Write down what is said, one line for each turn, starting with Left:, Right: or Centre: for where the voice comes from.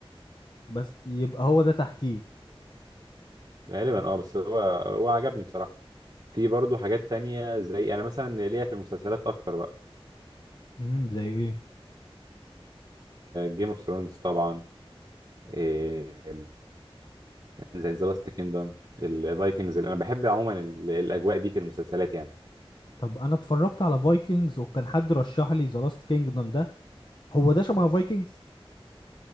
Left: بس يبقى هو ده تحتيه
Right: غالبا اه بس هو هو عجبني بصراحة في برضه حاجات تانية زي أنا مثلا ليا في المسلسلات أكتر بقى
Left: امم زي ايه
Right: جيم اوف ثرونز طبعا آه، زي ذا لاست كيندم الفايكنجز أنا بحب عموما ال- الأجواء دي في المسلسلات يعني
Left: طب انا اتفرجت على فايكنجز وكان حد رشح لي ذا لاست كينجدم ده هو ده شبه فايكنجز